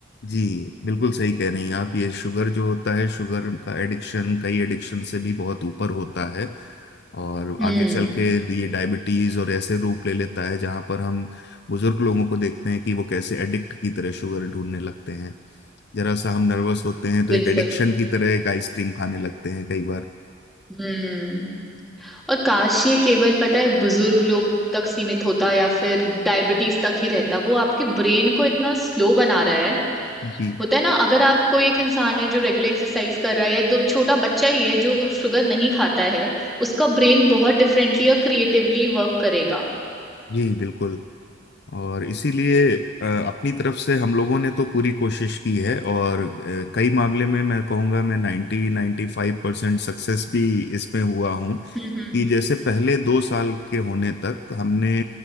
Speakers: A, on the left; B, in the centre.
A: जी बिल्कुल सही कह रही हैं आप ये शुगर जो होता है शुगर का एडिक्शन कई एडिक्शन से भी बहुत ऊपर होता है और
B: हम्म
A: आगे चल के ये डायबिटीज और ऐसे रूप ले लेता है जहां पर हम बुजुर्ग लोगों को देखते हैं कि वो कैसे एडिक्ट की तरह शुगर ढूंढने लगते हैं जरा सा हम नर्वस होते हैं तो
B: बिल्कुल
A: एक एडिक्शन की तरह एक आइसक्रीम खाने लगते हैं कई बार
B: हम्म और काश ये केवल पता है बुजुर्ग लोग तक सीमित होता या फिर डायबिटीज तक ही रहता वो आपके ब्रेन को इतना स्लो बना रहा है
A: जी
B: होता है ना अगर आप कोई एक इंसान है जो रेगुलर एक्सरसाइज कर रहा है या दो छोटा बच्चा ही है जो शुगर नहीं खाता है उसका ब्रेन बहुत डिफरेंटली और क्रिएटिवली वर्क करेगा
A: जी बिल्कुल और इसीलिए अ, अपनी तरफ से हम लोगों ने तो पूरी कोशिश की है और अ, कई मामले में मैं कहूँगा मैं 90 नाइन्टी फाइव परसेंट सक्सेस भी इसमें हुआ हूँ
B: हम्म
A: कि जैसे पहले दो साल के होने तक हमने